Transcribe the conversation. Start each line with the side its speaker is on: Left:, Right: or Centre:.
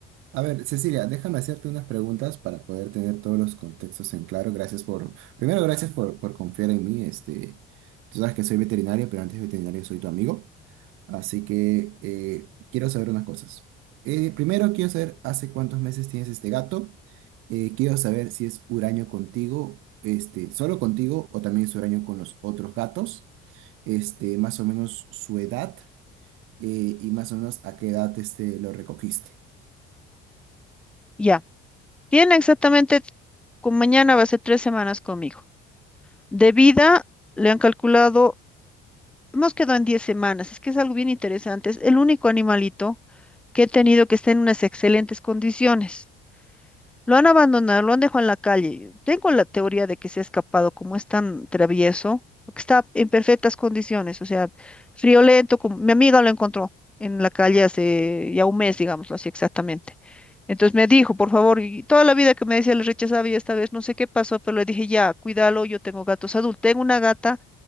Right: A ver, Cecilia, déjame hacerte unas preguntas para poder tener todos los contextos en claro. Gracias por, primero, gracias por, por confiar en mí. Este, tú sabes que soy veterinario, pero antes de veterinario soy tu amigo. Así que eh, quiero saber unas cosas. Eh, primero, quiero saber hace cuántos meses tienes este gato. Eh, quiero saber si es huraño contigo, este, solo contigo o también es huraño con los otros gatos. Este, más o menos su edad eh, y más o menos a qué edad este, lo recogiste.
Centre: Ya. Tiene exactamente, con mañana va a ser tres semanas conmigo. De vida, le han calculado Hemos quedado en 10 semanas, es que es algo bien interesante. Es el único animalito que he tenido que está en unas excelentes condiciones. Lo han abandonado, lo han dejado en la calle. Tengo la teoría de que se ha escapado, como es tan travieso, porque está en perfectas condiciones, o sea, friolento, como mi amiga lo encontró en la calle hace ya un mes, digámoslo así exactamente. Entonces me dijo, por favor, y toda la vida que me decía le rechazaba y esta vez no sé qué pasó, pero le dije, ya, cuídalo, yo tengo gatos adultos. Tengo una gata